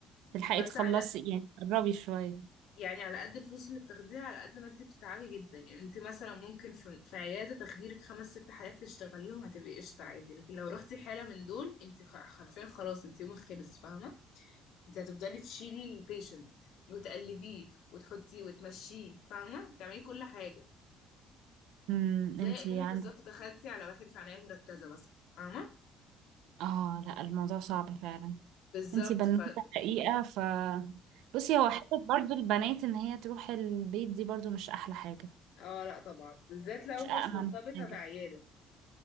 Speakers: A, on the right; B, on the left.
A: تلحقي
B: بس
A: تخلصي
B: على
A: يعني قربي شوية
B: يعني على قد الفلوس اللي بتاخديها على قد ما انت بتتعبي جدا يعني انت مثلا ممكن في, في عيادة تخديرك خمس ست حالات تشتغليهم هتبقي قشطة عادي لكن لو رحتي حالة من دول انت خ- حرفيا خلاص انت يومك خلص فاهمة انت هتفضلي تشيلي البيشنت وتقلبيه وتحطيه وتمشيه فاهمة بتعملي كل حاجة
A: امم
B: زي
A: انتي
B: اكنك
A: عندك
B: بالظبط دخلتي على واحد في عناية مركزة مثلا فاهمة
A: اه لا الموضوع صعب فعلا
B: بالظبط
A: انتي بنوتة
B: ف <laughs>
A: حقيقة ف بصي هو حتة برضو البنات ان هي تروح البيت دي برضو مش احلى حاجة
B: اه لا طبعا بالذات لو
A: مش أأمن
B: مش مرتبطة
A: حاجة
B: بعيادة